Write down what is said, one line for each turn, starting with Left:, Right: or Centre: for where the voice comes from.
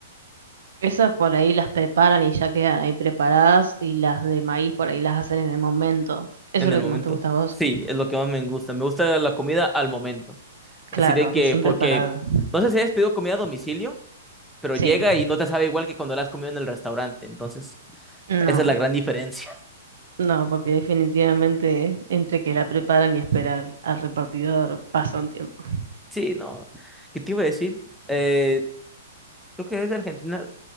Right: Esas por ahí las preparan y ya quedan ahí preparadas y las de maíz por ahí las hacen en el momento. Eso
Centre: En
Right: es
Centre: el
Right: lo
Centre: momento.
Right: que más te gusta a vos.
Centre: Sí, es lo que más me gusta. Me gusta la comida al momento.
Right: Claro,
Centre: Así de que,
Right: recién
Centre: porque
Right: preparada.
Centre: no sé si has pedido comida a domicilio, pero
Right: Sí.
Centre: llega y no te sabe igual que cuando la has comido en el restaurante. Entonces,
Right: No,
Centre: esa es la gran diferencia. <laughs>
Right: no, porque definitivamente entre que la preparan y esperar al repartidor pasa un tiempo.
Centre: Sí, no. ¿Qué te iba a decir? Eh, creo que es de Argentina.